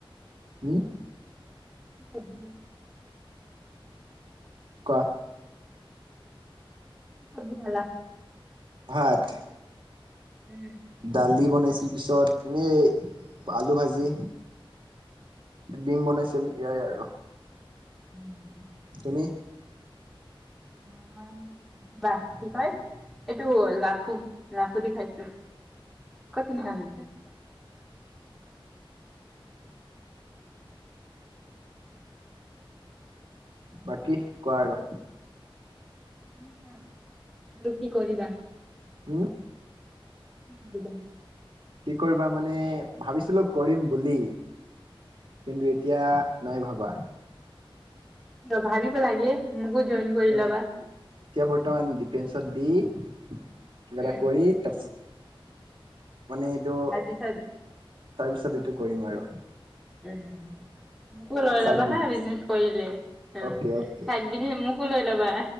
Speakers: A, on the right; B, in the centre.
A: হোম?
B: কি চবজি?
A: কোৱা
B: কি চবজি খালা?
A: ভাত।
B: উম।
A: দালি বনাইছিল পিছত এনেই আলু ভাজি। দিম বনাইছিল ইয়াৰে আৰু।
B: উম।
A: তুমি?
B: মই বা কি কয়। এইটো লাফু লাফু দি খাইছো <unintelligible>
A: বাকী কোৱা আৰু।
B: তুমিয়ে কোৱা আৰু কি কৰিবা?
A: হোম
B: কি কৰিবা?
A: কি কৰিবা মানে ভাবিছিলো কৰিম বুলি। কিন্তু এতিয়া নাই ভাবা।
B: কিয় ভাবিব লাগে মোকো জইন কৰি
A: মানে
B: লবা।
A: এতিয়া বৰ্তমান ডিফেন্সত দি কিবা
B: উম।
A: এটা কৰি তাৰপিছত মানে এইটো
B: তাৰপিছত
A: তাৰপিছত এইটো কৰিম আৰু।
B: উম, মোকো লৈ
A: চাইড
B: ল'বা
A: বিজনেছ
B: হা, বিজনেচ কৰিলে অ,
A: অকে অকে
B: খাই বিনে মোকো লৈ ল'বা।